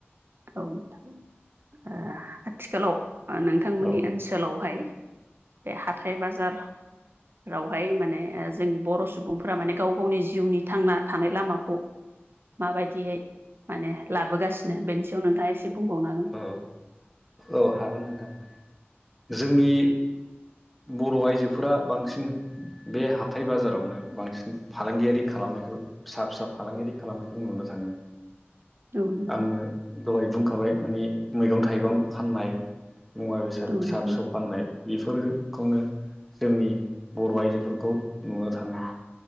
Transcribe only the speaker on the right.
औ नोंथां ओह आथिखालाव नोंथांमोननि
ओनसोलावहाय बे हाथाय बाजार रावहाय माने ओ जोंनि बर' सुबुंफोरा माने गाव गावनि जिउनि थांना थानाय लामाखौ माबायदियै माने लाबोगासिनो बेनि सायाव नोंथाङा एसे बुंबावनांगोन।
हागोन
औ
नोंथां